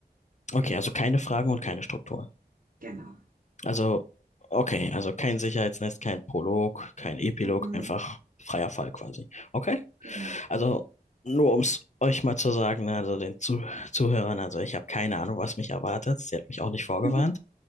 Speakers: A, on the left (about 45°); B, on the right (about 55°).
A: Okay, also keine Fragen und keine Struktur.
B: Genau.
A: Also, okay, also kein Sicherheitsnetz, kein Prolog, kein Epilog,
B: Mhm,
A: einfach freier Fall quasi. Okay,
B: genau.
A: Also nur um es euch mal zu sagen, ne, also den Zuh Zuhörern, also ich habe keine Ahnung, was mich erwartet. Sie hat mich auch nicht vorgewarnt,
B: <laughs>